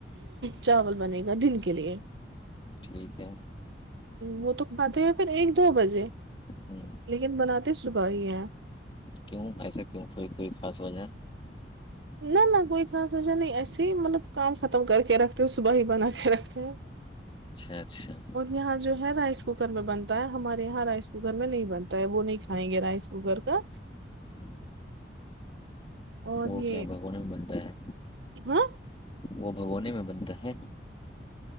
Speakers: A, on the right (about 85°); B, on the left (about 30°).
A: چاول بنے گا دن کے لیے
B: ٹھیک ہے
A: وہ تو کھاتاتے ہیں پھر ایک دو بجے
B: ہوں
A: لیکن بناتے صبح ہی ہے
B: کیوں ایسا کیوں کوئی کوئی خاص وجہ
A: نہ نہ کوئی خاص وجہ نہیں ایسے ہی مطلب کام ختم کر کے رکھتے ہو صبح ہی بنا کے رکھتے ہو
B: اچھا اچھا
A: یہاں جو ہے رائس کوکر میں بنتا ہے ہمارے یہاں رائس کوکر میں نہیں بنتا ہے وہ نہیں کھائیں گے رائسک وہ کر کا
B: ہوں،
A: اور
B: وہ
A: یہ
B: کیا بھگونے میں بنتا ہے
A: ہاں
B: وہ بھگونے میں بنتا ہے